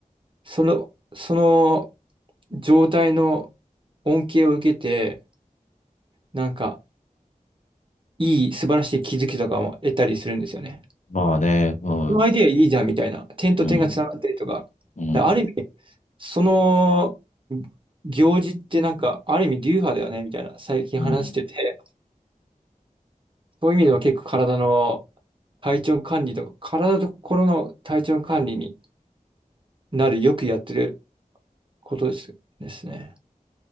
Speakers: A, on the right; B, on the left.
A: その、その状態の恩恵を受けて、なんか、いい、素晴らしい気づきとかも得たりするんですよね。
B: まあね、うん、
A: このアイデアいいじゃんみたいな。点と点がつながったりとか。
B: うん、うん、
A: だある意味、その行事ってなんか、ある意味流派だよねみたいな、最近話してて。
B: うん。
A: そういう意味では結構体の体調管理と、体と心の体調管理になるよくやってることです、ですね。